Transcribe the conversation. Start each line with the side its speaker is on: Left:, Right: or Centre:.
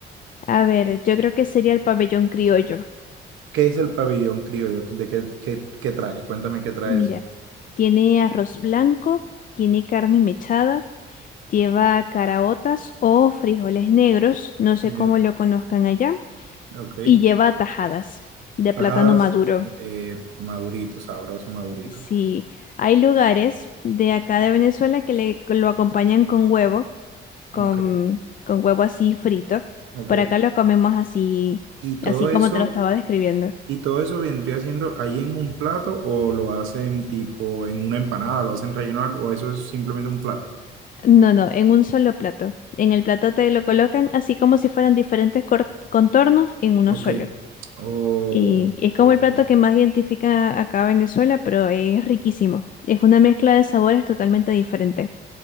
Left: A ver, yo creo que sería el pabellón criollo.
Right: ¿Qué es el pabellón criollo? ¿De qué, qué, qué trae? Cuéntame qué trae
Left: Mira,
Right: eso.
Left: tiene arroz blanco, tiene carne mechada, lleva caraotas o frijoles negros, no sé
Right: Eh,
Left: cómo lo conozcan allá,
Right: ok.
Left: y lleva tajadas de
Right: Tajadas,
Left: plátano maduro.
Right: eh, madurito, sabroso, madurito.
Left: Sí, hay lugares de acá de Venezuela que le- lo acompañan con huevo con,
Right: Ok,
Left: con huevo así frito.
Right: ok.
Left: Por acá lo comemos así,
Right: Y todo
Left: así como
Right: eso,
Left: te lo estaba describiendo.
Right: y todo eso vendría siendo ahí en un plato o lo hacen tipo en una empanada, lo hacen relleno de algo, o eso es simplemente un plato.
Left: No, no, en un solo plato. En el plato te lo colocan así como si fueran diferentes cor- contornos en uno
Right: Ok.
Left: solo.
Right: O,
Left: Y es
Right: ok.
Left: como el plato que más identifica acá a Venezuela, pero es riquísimo. Es una mezcla de sabores totalmente diferente.